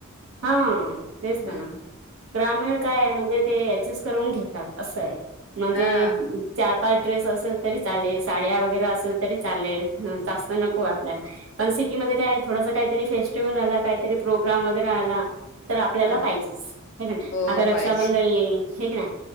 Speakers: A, on the right (about 70°); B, on the left (about 55°).
A: हा तेच
B: हम्म
A: ते ना, ग्रामीण काय आहे म्हणजे ते ऍडजस्ट. करून घेतात असेय म्हणजे,
B: हा
A: चार पाच ड्रेस असेल तरी चालेल साड्या वगैरे असेल तरी चालेल जास्त नको आपल्याला पण सिटीमध्ये काय थोडासा काहीतरी फेस्टिवल आला काहीतरी प्रोग्राम वगैरे आला. तर आपल्याला
B: हा
A: पाहिजेच, हे कनी
B: हो
A: आता रक्षाबंधन
B: पाहिजे
A: येईल हे कनी